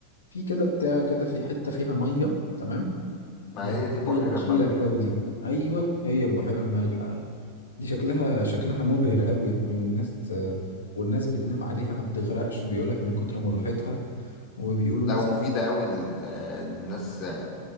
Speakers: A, on the left; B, on the left.
A: في كده بتاع كده في حتة فيها مية تمام
B: ما
A: اللي هي
B: هي
A: المية
B: دي البحيرة
A: اللي بتشيلك
B: المالحة
A: قوي دي ايوه هي البحيرة المالحة دي شكلها شكلها مبهر قوي يعني والناس والناس بتنام عليها ما بتغرقش بيقولك من كتر ملوحتها وبيقولوا
B: لا ومفيدة قوي لل- للناس